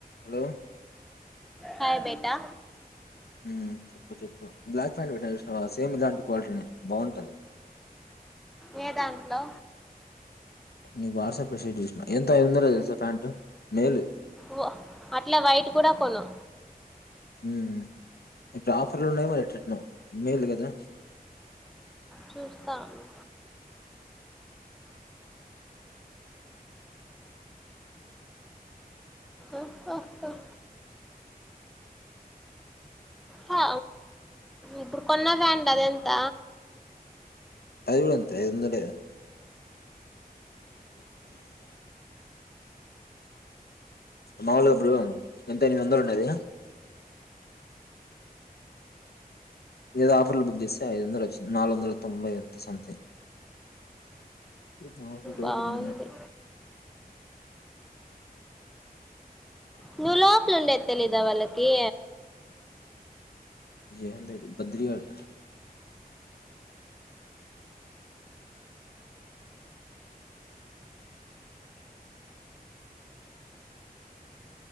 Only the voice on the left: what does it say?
హలో
ఉమ్ చెప్పు చెప్పు బ్లాక్ ప్యాంట్ పెట్టా చూసినవ సేమ్ ఇలాంటి క్వాలిటీనే బాగుంటది
నీకు వాట్సాప్ లో షేర్ చేసిన ఎంత ఐదు వందలు తెలుసా ప్యాంట్ మేల్ది
మ్ ఇప్పుడు ఆఫర్లు ఉన్నాయ్ మరి ఎట్ట ఎట్టానో న మేలు గదా
అది కూడా అంతే ఐదు వందలే మాముూలు అపుడు ఎంత ఎనిమిది వందలు ఉండేది ఏదో ఆఫర్లు బుక్ చేస్తే ఐదు వందల వచ్చి నాలుగు వందల తొంభై ఎంత సంథింగ్ త మా ధోర్
ని
ఎందయిప్పుడు బద్రిగాడు